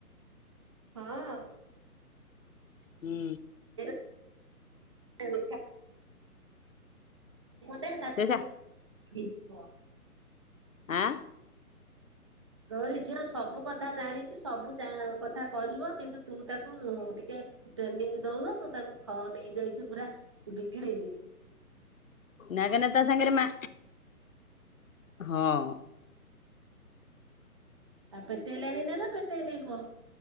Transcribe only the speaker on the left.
ହୁଁ।
ସେ ସା
ଆଁ।
ନାଗେନା ତା ସାଙ୍ଗେରେ ମା ହଁ।